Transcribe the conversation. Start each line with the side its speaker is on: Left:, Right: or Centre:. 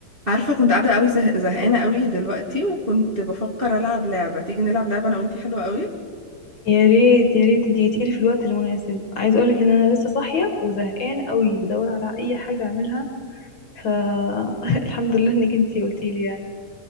Right: عارفة كنت قاعدة قوي زه... زهقانة قوي دلوقتي وكنت بفكر ألعب لعبة تيجي نلعب لعبة أنا وإنتي حلوة قوي
Left: يا ريت يا ريت اديتيلي في الوقت المناسب عايز اقولك ان انا لسه صاحيه وزهقانه قوي بدور على اي حاجه اعملها فالحمد <laughs> لله انك انتي قلتيلي يعني